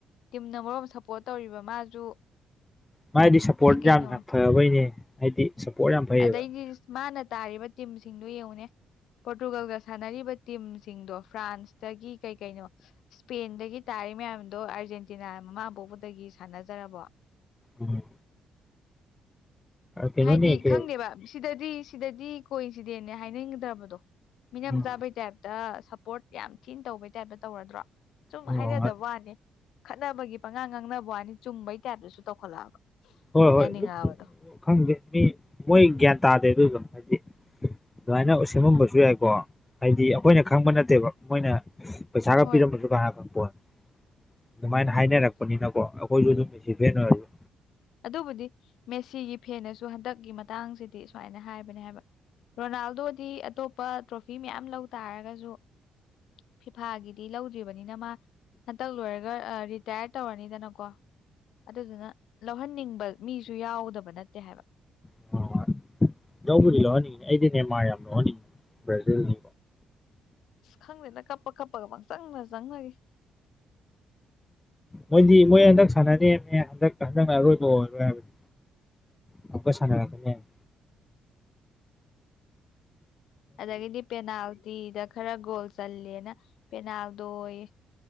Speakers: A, on the left; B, on the left.
A: ꯇꯤꯝꯅ ꯃꯔꯣꯜ ꯁꯞꯄꯣꯔꯠ ꯇꯧꯔꯤꯕ ꯃꯥꯁꯨ
B: ꯃꯥꯗꯤ ꯁꯞꯄꯣꯔꯠ
A: ꯐꯩ ꯀꯩꯅꯣ
B: ꯌꯥꯝꯅ ꯐꯕꯩꯅꯦ ꯍꯥꯏꯗꯤ ꯁꯞꯄꯣꯔꯠ ꯌꯥꯝ ꯐꯩꯌꯦꯕ
A: ꯑꯗꯩꯗꯤ ꯃꯥꯅ ꯇꯥꯔꯤꯕ ꯇꯤꯝꯁꯤꯡꯗꯨ ꯌꯦꯡꯉꯨꯅꯦ ꯄꯣꯔꯇꯨꯒꯜꯒ ꯁꯥꯟꯅꯔꯤꯕ ꯇꯤꯝꯁꯤꯡꯗꯣ ꯐ꯭ꯔꯥꯟꯁꯇꯒꯤ ꯀꯩ ꯀꯩꯅꯣ ꯏꯁꯄꯦꯟꯗꯒꯤ ꯇꯥꯔꯤ ꯃꯌꯥꯝꯗꯣ ꯑꯥꯔꯖꯦꯟꯇꯤꯅꯥ ꯃꯃꯥ ꯄꯣꯛꯄꯗꯒꯤ ꯁꯥꯟꯅꯖꯔꯕꯣ
B: ꯎꯝ ꯀꯩꯅꯣꯅꯦ
A: ꯍꯥꯏꯗꯤ
B: ꯀꯩ
A: ꯈꯪꯗꯦꯕ ꯁꯤꯗꯗꯤ ꯁꯤꯗꯗꯤ ꯀꯣꯏꯟꯁꯤꯗꯦꯟꯅꯦ ꯍꯥꯏꯅꯤꯡꯗ꯭ꯔꯕꯗꯣ ꯃꯤꯅꯝ
B: ꯎꯝ
A: ꯆꯥꯕꯩ ꯇꯥꯏꯞꯇ ꯁꯞꯄꯣꯔꯠ ꯌꯥꯝ ꯊꯤꯅ ꯇꯧꯕꯩ ꯇꯥꯏꯞꯇ ꯇꯧꯔꯗ꯭ꯔꯣ ꯁꯨꯝ
B: ꯍꯣꯏ
A: ꯍꯥꯏꯅꯗꯕ ꯋꯥꯅꯦ ꯈꯠꯅꯕꯒꯤ ꯄꯉꯥꯡ ꯉꯥꯡꯅꯕ ꯋꯥꯅꯦ ꯆꯨꯝꯕꯩ ꯇꯥꯏꯞꯇꯁꯨ ꯇꯧꯈꯠꯂꯛꯑꯕ
B: ꯍꯣꯏ ꯍꯣꯏ
A: ꯌꯥꯅꯤꯡꯉꯛꯑꯕꯗꯣ
B: ꯑꯗꯨ ꯈꯪꯗꯦ ꯃꯤ ꯃꯣꯏ ꯒ꯭ꯌꯥꯟ ꯇꯥꯗꯦ ꯑꯗꯨꯗꯣ ꯍꯥꯏꯗꯤ ꯑꯗꯨꯃꯥꯏꯅ ꯁꯦꯝꯃꯝꯕꯁꯨ ꯌꯥꯏꯀꯣ ꯍꯥꯏꯗꯤ ꯑꯩꯈꯣꯏꯅ ꯈꯪꯕ ꯅꯠꯇꯦꯕ ꯃꯣꯏꯅ ꯄꯩꯁꯥꯒ
A: ꯍꯣꯏ
B: ꯄꯤꯔꯝꯃꯁꯨ ꯀꯅꯥꯅ ꯈꯪ ꯄꯣꯠꯅꯣ ꯑꯗꯨꯃꯥꯏꯅ
A: ꯎꯝ
B: ꯍꯥꯏꯅꯔꯛꯄꯅꯤꯅꯀꯣ ꯃꯣꯏꯁꯨ ꯑꯗꯨ ꯃꯤꯁꯤ ꯐꯦꯟ ꯑꯣꯏꯔꯁꯨ
A: ꯑꯗꯨꯕꯨꯗꯤ ꯃꯦꯁꯤꯒꯤ ꯐꯦꯟꯅꯁꯨ ꯍꯟꯗꯛꯀꯤ ꯃꯇꯥꯡꯁꯤꯗꯤ ꯁꯨꯃꯥꯏꯅ ꯍꯥꯏꯕꯅꯦ ꯍꯥꯏꯕ ꯔꯣꯅꯥꯜꯗꯣꯗꯤ ꯑꯇꯣꯞꯄ ꯇ꯭ꯔꯣꯐꯤ ꯃꯌꯥꯝ ꯂꯧ ꯇꯥꯔꯒꯁꯨ ꯐꯤꯐꯥꯒꯤꯗꯤ ꯂꯧꯗ꯭ꯔꯤꯕꯅꯤꯅ ꯃꯥ ꯍꯟꯇꯛ ꯂꯣꯏꯔꯒ ꯔꯤꯇꯥꯌꯔ ꯇꯧꯔꯅꯤꯗꯅꯀꯣ ꯑꯗꯨꯗꯨꯅ ꯂꯧꯍꯟꯅꯤꯡꯕ ꯃꯤꯁꯨ ꯌꯥꯎꯗꯕ ꯅꯠꯇꯦ ꯍꯥꯏꯕ
B: <unintelligible> ꯂꯧꯕꯨꯗꯤ ꯂꯧꯍꯟꯅꯤꯡꯉꯤ ꯑꯩꯗꯤ ꯅꯦꯃꯥꯔ ꯌꯥꯝ ꯂꯧꯍꯟꯅꯤꯡꯉꯤ ꯕ꯭ꯔꯥꯖꯤꯜꯒꯤ
A: ꯈꯪꯗꯦꯗ ꯀꯞꯄ ꯀꯞꯄꯒ ꯄꯪ ꯆꯪꯗ ꯆꯪꯅꯈꯤ
B: ꯃꯣꯏꯗꯤ ꯃꯣꯏ ꯍꯟꯗꯛ ꯁꯥꯟꯅꯤꯃꯦ ꯍꯟꯗꯛ ꯍꯟꯗꯛꯅ ꯑꯔꯣꯏꯕ ꯑꯣꯏꯔꯣꯏ ꯍꯥꯏꯕꯅꯤ ꯑꯃꯨꯛꯀ ꯁꯅꯔꯛꯀꯅꯤ ꯍꯥꯏꯕꯅꯦ
A: ꯑꯗꯒꯤꯗꯤ ꯄꯦꯅꯥꯜꯇꯤꯗ ꯈꯔ ꯒꯣꯜ ꯆꯜꯂꯦꯅ ꯄꯦꯅꯥꯜꯗꯣꯌꯦ